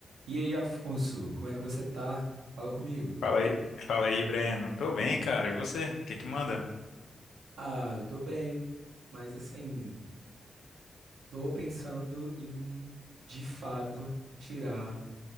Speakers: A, on the right; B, on the left.
A: E aí, Afonso, como é que você tá? Fala comigo.
B: Fala aí, fala aí, Breno. Tô bem, cara. E você? O que que manda?
A: Ah, eu tô bem, mas assim, tô pensando em, de fato, tirar